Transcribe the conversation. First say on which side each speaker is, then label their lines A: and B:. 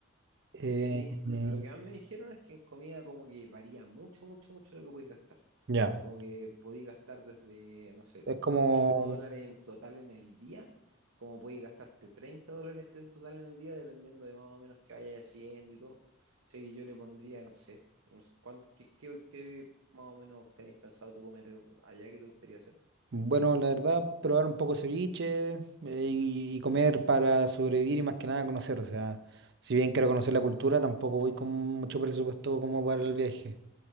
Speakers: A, on the right (about 55°); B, on the right (about 85°).
A: Eh,
B: Sí,
A: eh,
B: lo que más me dijeron es que en comida como que varía mucho, mucho, mucho lo que puedes gastar.
A: ya.
B: Como que podéis gastar desde, no sé,
A: Es como,
B: 5 dólares en total en el día, como podéis gastarte 30 dólares en total en el día, dependiendo de más o menos que vayáis haciendo y todo. Así que yo le pondría, no sé, no sé cuán- qué, qué- qué más o menos tenéis pensado tú comer allá que te gustaría hacer?
A: bueno, la verdad, probar un poco ceviche eh, y, y comer para sobrevivir y más que nada conocer. O sea, si bien quiero conocer la cultura, tampoco voy con mucho presupuesto como para el viaje.